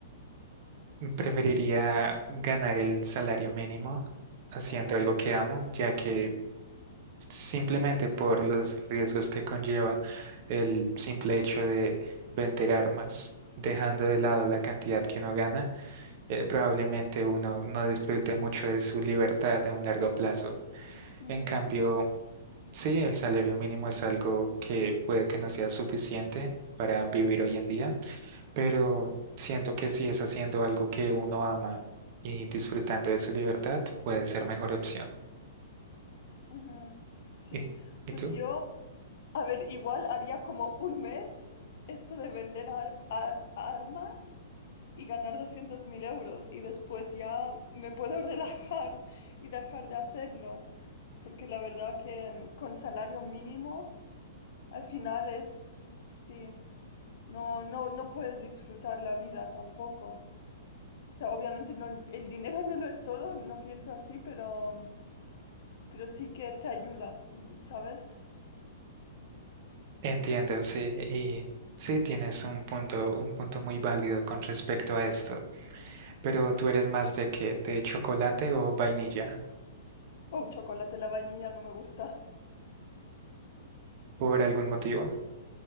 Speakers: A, on the right; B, on the left.
A: Preferiría ganar el salario mínimo haciendo
B: Ajá.
A: algo que amo, ya que simplemente por los riesgos que conlleva el simple hecho de vender armas, dejando de lado la cantidad que uno gana, eh, probablemente uno no disfrute mucho de su libertad a un largo plazo.
B: Mm,
A: En cambio, sí, el salario mínimo es algo que puede que no sea suficiente para vivir hoy en día, pero siento que si es haciendo algo que uno ama y disfrutando de su libertad, puede ser mejor opción.
B: ujú. Sí,
A: ¿Y, y
B: pues
A: tú?
B: yo A ver, igual haría como un mes esto de vender ar- a- armas y ganar doscientos mil euros y después ya me puedo <laughs> relajar y dejar de hacerlo. Porque la verdad que mm, con salario mínimo al final es, sí, no, no, no puedes disfrutar la vida tampoco. O sea, obviamente no, el dinero no lo es todo, no pienso así, pero, pero sí que te ayuda, ¿sabes?
A: Entiendo, sí, y sí tienes un punto, un punto muy válido con respecto a esto. Pero tú eres más de qué, de chocolate o vainilla,
B: Oh, chocolate, la vainilla no me gusta.
A: por algún motivo.